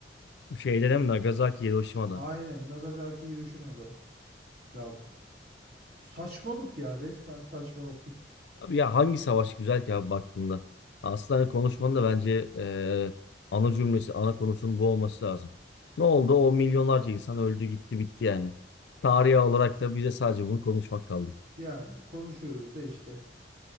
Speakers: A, on the left; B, on the right.
A: Bu Şeyde hem Nagasaki, Hiroşima'da.
B: Aynen Nagasaki Hiroşima'da. Ya Saçmalık ya resmen saçmalık. Bir,
A: Abi ya hangi savaş güzel ki abi baktığında. Aslında hani konuşmanın da bence eee, ana cümlesi, ana konusunun bu olması lazım. Ne oldu? O milyonlarca insan öldü gitti bitti yani. Tarihi olarak da bize sadece bunu konuşmak kaldı.
B: yani konuşuyoruz da işte.